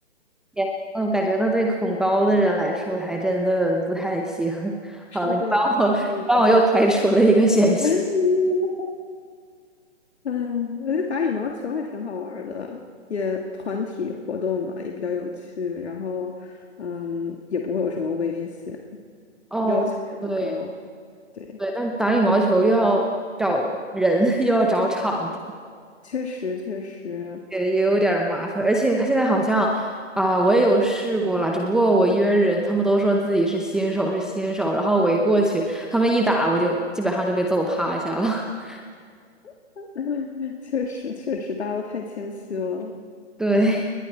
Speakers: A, in the centre; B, on the left.
A: 也我感觉那对恐高的人来说还真的不太行。<laughs>
B: 是这样，
A: 好了，你帮我，
B: 是这样。
A: 你帮我又排除了一个险项。
B: <laughs> 嗯，我觉得打羽毛球还挺好玩儿的，也团体活动嘛，也比较有趣，然后嗯，也不会有什么危险，
A: 哦，
B: 要求也不高，
A: 对
B: 对。
A: 对，但打羽毛球又要找人，<laughs> 又要找场地。
B: 确实，确实，
A: 也也有点儿麻烦，而且现在好像啊、我也有试过了，只不过我约人，他们都说自己是新手，是新手，然后我一过去，他们一打，我就基本上就被揍趴下了。<laughs>
B: <laughs> 确实，确实，大家都太谦虚了。
A: 对，